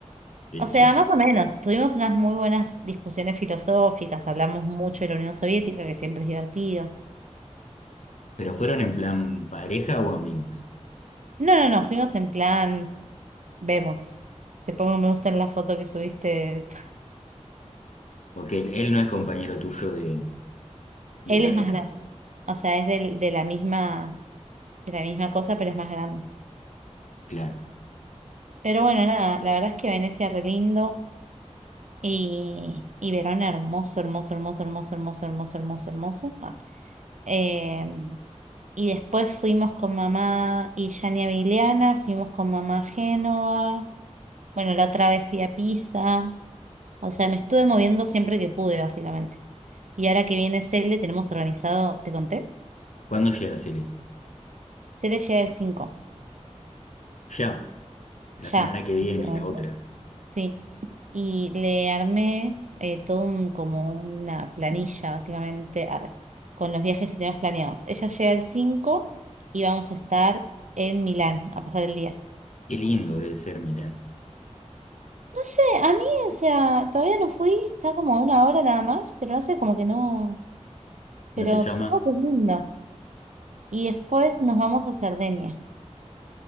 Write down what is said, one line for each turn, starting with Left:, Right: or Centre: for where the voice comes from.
Left: del
Right: O sea,
Left: chico.
Right: más o menos, tuvimos unas muy buenas discusiones filosóficas, hablamos mucho de la Unión Soviética, que siempre es divertido.
Left: ¿Pero fueron en plan pareja o amigos?
Right: No, no, no, fuimos en plan... Vemos. Te pongo me gusta en la foto que subiste. de- <laughs>
Left: Porque él, él no es compañero tuyo de, de
Right: Él
Left: la
Right: es
Left: beca.
Right: más grande. O sea, es del- de la misma, de la misma cosa, pero es más grande.
Left: Claro.
Right: Pero bueno, nada, la verdad es que Venecia re lindo y, y Verona hermoso, hermoso, hermoso, hermoso, hermoso, hermoso, hermoso, hermoso. Ah. Eh, y después fuimos con mamá y Yani a Vigliana, fuimos con mamá a Génova. Bueno, la otra vez fui a Pisa. O sea, me estuve moviendo siempre que pude, básicamente. Y ahora que viene Cele, tenemos organizado, ¿te conté?
Left: ¿Cuándo llegas, Ele?
Right: Se le llega el 5,
Left: Ya, la
Right: ya,
Left: semana que viene,
Right: básicamente.
Left: la otra.
Right: Sí, y le armé eh, todo un- como una planilla, básicamente, arre, con los viajes que tenemos planeados. Ella llega el 5 y vamos a estar en Milán a pasar el día.
Left: Qué lindo debe ser Milán.
Right: No sé, a mí, o sea, todavía no fui, está como a una hora nada más, pero no sé, como que no, pero
Left: ¿No te llama?
Right: supongo que es lindo. Y después nos vamos a Cerdeña,